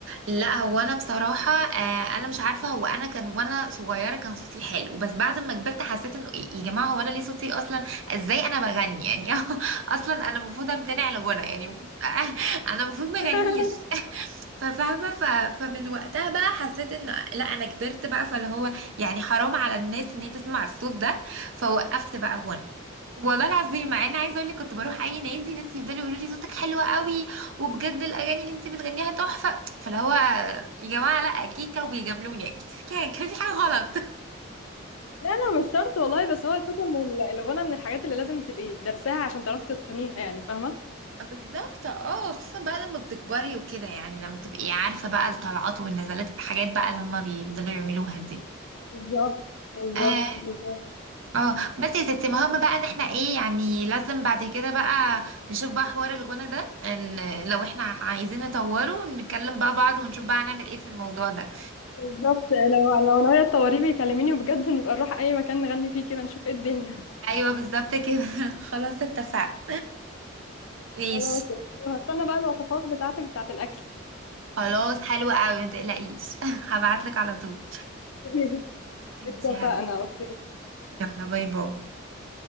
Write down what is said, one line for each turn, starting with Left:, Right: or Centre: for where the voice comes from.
Right: لا هو انا بصراحه آه انا مش عارفه هو انا كان وانا صغيره كان صوتي حلو بس بعد ما كبرت حسيت انه إيه يا جماعه هو انا ليه صوتي اصلا ازاي انا بغني يعني <laughs> اصلا انا المفروض امتنع عن الغنى يعني المفروض <laughs> انا المفروض ما اغنيش
Left: <laughs>
Right: <laughs> ففاهمه ف... فمن وقتها بقى حسيت انه لا انا كبرت بقى فاللي هو يعني حرام على الناس ان هي تسمع الصوت ده فوقفت بقى غنى والله العظيم مع ان عايزه اقول لك كنت بروح اي نادي ناس يفضلوا يقولوا لي صوتك حلو قوي وبجد الاغاني اللي انت بتغنيها تحفه فاللي هو يا جماعه لا اكيد كانوا بيجاملوني اكيد كان كان في حاجه غلط
Left: لا لا مش شرط والله بس هو الفكرة ان ال- الغنى من الحاجات اللي لازم تبقي درساها عشان تعرفي تتقنيها يعني فاهمة
Right: <laughs> بالظبط اه خصوصا بقى لما بتكبري وكده يعني لما تبقي عارفه بقى الطلعات والنزلات الحاجات بقى اللي هما بيفضلوا يعملوها دي
Left: بالظبط بالظبط
Right: أيوة. اه
Left: بالظبط
Right: آه، بس يا ستي مهم بقى ان احنا ايه يعني لازم بعد كده بقى نشوف بقى حوار الغنى ده ان لو احنا عايزين نطوره نتكلم بقى بعض ونشوف بقى هنعمل ايه في الموضوع ده
Left: بالظبط لو لو ناوية تطوري بيكلميني وبجد نبقى نروح اي مكان نغني فيه كده نشوف ايه الدنيا
Right: ايوه بالظبط كده <laughs> خلاص اتفقنا ماشي
Left: خلاص أوكي، وهستنى بقى الوصفات بتاعتك بتاعت الاكل
Right: خلاص حلوة قوي ما تقلقيش <laughs> هبعتلك على طول
Left: <laughs>
Right: ماشي
Left: اتفقنا
Right: يا حسن
Left: انا اوكي
Right: يلا باي باي